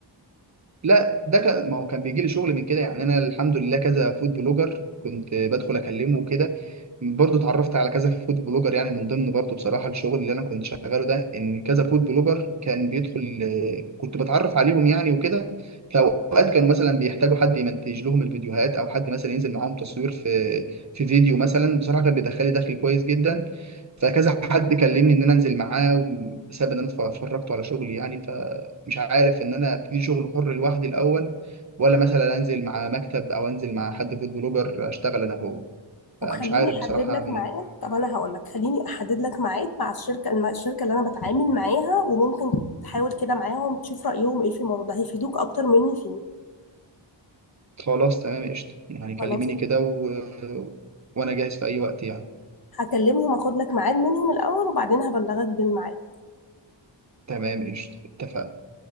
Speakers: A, on the right (about 40°); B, on the left (about 50°).
A: لا ده كان ما هو كان بيجي لي شغل من كده يعني انا الحمد لله كذا فود بلوجر كنت بدخل اكلمه وكده برضه اتعرفت على كذا فود بلوجر يعني من ضمن برضه بصراحه الشغل اللي انا كنت شغاله ده ان كذا فود بلوجر كان بيدخل آه، كنت بتعرف عليهم يعني وكده فاوقات كانوا مثلا بيحتاجوا حد يمنتج لهم الفيديوهات او حد مثلا ينزل معاهم تصوير في في فيديو مثلا بصراحه كان بيدخلي دخل كويس جدا فكذا حد كلمني ان انا انزل معاه بسبب ان انا اتفرجت على شغلي يعني مش عارف ان انا ابتدي شغل حر لوحدي الاول ولا مثلا انزل مع مكتب او انزل مع حد فود بلوجر اشتغل انا هو
B: طب
A: فمش
B: خليني
A: عارف
B: احدد
A: بصراحة
B: لك
A: اعمل
B: ميعاد
A: ايه
B: طب انا هقول لك خليني احدد لك ميعاد مع الشركه الم- الشركه اللي انا بتعامل معاها وممكن تحاول كده معاهم تشوف رايهم ايه في الموضوع ده هيفيدوك اكتر مني فيه
A: خلاص تمام قشطة يعني كلميني
B: خلاص
A: كده و... وانا جاهز في اي وقت يعني
B: هكلمهم اخد لك ميعاد منهم الاول وبعدين هبلغك بالميعاد
A: تمام قشطة اتفقنا